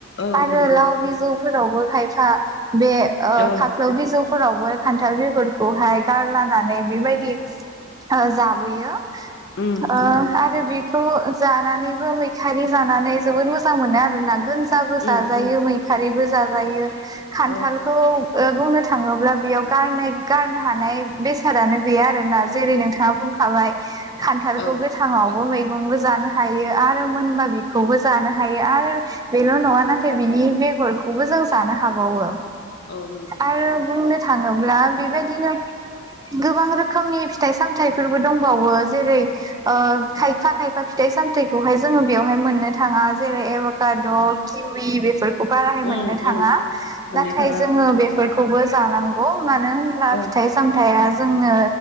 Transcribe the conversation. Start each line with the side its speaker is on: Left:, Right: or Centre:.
Left: औ
Right: आरो
Left: नंगौ
Right: लाव बिजौ फोरावबो खायफा बे ओ
Left: औ
Right: खाख्लायाव बिजौ फोरावबो खान्थाल बिरखौहाय गारलानानै बेबायदि ओ जाबोयो। ओ
Left: उम नंगौ
Right: आरो बि खौ जानानैबो मैथारि जानानै जोबोद मोजां मोनो आरो ना गो जाबो
Left: उम
Right: जायो
Left: उम
Right: मैखारिबो जा जायो। खान्थालखौ
Left: औ
Right: ओ बुंनो थाङोब्ला बेयाव गारनाय गारनो हानाय बेसादानो गैया आरोना जेरै नोंथाङा बुंखाबाय। खान्थालखौ
Left: औ
Right: गोथाङाव बो मैगंबो जानो हायो आरो मोनबा बेखौबो जानो हायो आरो बेल' नङा नाथाय बिनि बेगरखौबो जों जानो हाबावो।
Left: औ नंगौ
Right: आरो बुंनो थाङोब्ला बेबायदिनो गोबां रोखोमनि फिथाइ सामथायफोरबो दं बावो जेरै खायफा खायफा फिथाइ सामथखौहाय जोङो बेयावहाय मोननो थाङा जेरै एबाकादग किउ इ बेफोरखौ बाराय मोननो
Left: उम
Right: थाङा
Left: उम मोननो
Right: नाथाय
Left: थाङा
Right: जोंङो बेफोर खौबो जानांगौ मानो होनब्ला
Left: औ
Right: फिथाइ सामथाइया जोंनो